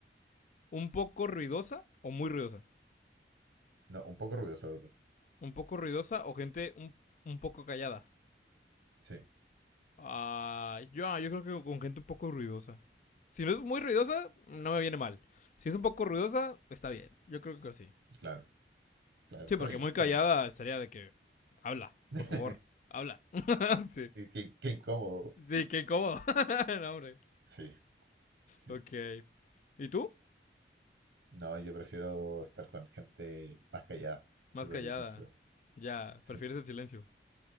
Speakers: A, on the left; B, on the right.
A: ¿Un poco ruidosa o muy ruidosa?
B: No, un poco ruidosa, perdón.
A: ¿Un poco ruidosa o gente un, un poco callada?
B: Sí,
A: Ah, yo, ah, yo creo que con gente un poco ruidosa. Si no es muy ruidosa, no me viene mal. Si es un poco ruidosa, está bien. Yo creo que sí.
B: claro, claro,
A: Sí,
B: está
A: porque
B: bien,
A: muy
B: está
A: callada
B: bien.
A: estaría de que habla,
B: <laughs>
A: por favor, habla. <laughs> sí.
B: Qué, qué incómodo.
A: Sí, qué cómodo. <laughs> no, hombre.
B: Sí, sí,
A: Ok. ¿Y tú?
B: No, yo prefiero estar con gente más callada,
A: Más
B: si
A: callada.
B: te soy sincero.
A: Ya,
B: Sí.
A: prefieres el silencio.